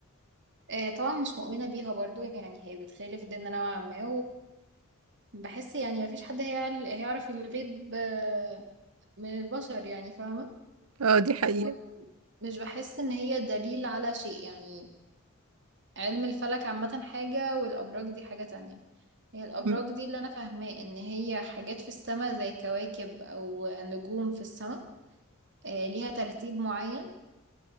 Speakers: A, on the right (about 55°); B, on the right (about 75°).
A: آه، طبعا مش مؤمنة بيها برضو يعني هي بتخالف ديننا نوعا ما بحس يعني مفيش حد هيعل- هيعرف الغيب آه، من البشر يعني فاهمة
B: اه دي حقيقة
A: ومش بحس ان هي دليل على شيء يعني علم الفلك عامة حاجة والأبراج دي حاجة تانية هي الأبراج
B: م-
A: دي اللي أنا فاهماه إن هي حاجات في السماء زي كواكب أو نجوم في السماء آه، ليها ترتيب معين